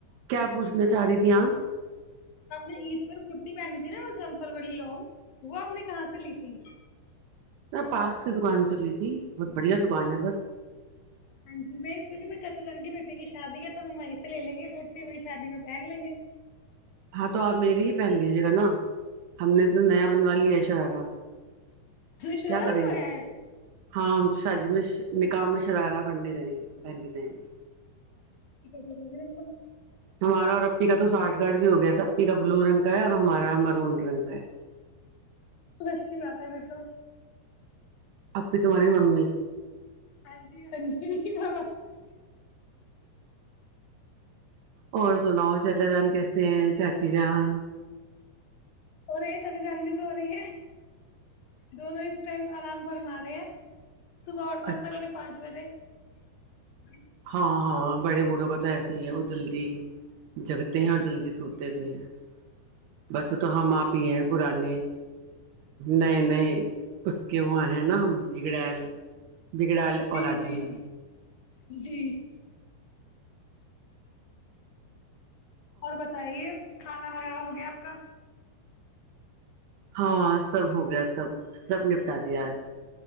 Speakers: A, on the right (about 75°); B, on the left (about 55°).
A: کیا پوچھنا چاہ رہی تھی آپ
B: آپ نے عید پر کرتی پہنی تھی نا مظمفر والی لانگ وہ آپ نے کہاں سے لی تھی
A: م پاس کی دکان چل رہی تھی بہت بڑھیا دکان ہے پرھر
B: ہاں جی میں س میں کنی بیٹٹی کی شادی ہے تو ہم وہیں سے لے لیں گے کرتی وہی شادی میں پہن لیں گے
A: ہاں تو آپ میری ہی پہن لیجیے گا نا ہم نے تو نیا بنوا لیا ہے شرارہ
B: ش بنویا
A: کیا کریں گے
B: ہے
A: ہاں ہم شادی میں نکاح میں شرارہ پہننے جائیں گے پہن کے جائیں گے
B: ٹھیک ہے ٹھیک ہےھر
A: ہمارا اور اپی کا تو ساٹھ گڑھ بھی ہو گیا سب کا بلو رنگ کا ہے اور ہمارا میرون رنگ کا ہے
B: تو اچھی بات ہے پھر تو
A: اپی تہاری ممی
B: ہاں جی ہ
A: اور سناؤ
B: کیا۔
A: چاچا جان کیسے ہیں چاچ ی جان
B: اور رہے تری جان بھی تو سو رہی ہے دونوں اس ٹائم آرام فرما رہے ہیں صبح اٹھنا
A: اچھا
B: تھا انہوں نے پانچ بجے جی <unintelligible>
A: ہاں ہاں بڑے بوڑھوں کا تو ایسے ہی ہے وہ جلدی جگتے ہیں اور جلدی سوتے بھی ہیں بس تو ہم آپ ہی ہیں پرانیے نئے نئے کہ وہ ہے نا ہم بگڑائل بگڑیل
B: جی
A: اولادیے
B: جی جی اور بتائیے کھا نا وغیرہ ہو گیا آپ کا
A: ہاں سب ہو گیا سب سب نپٹا دیا آج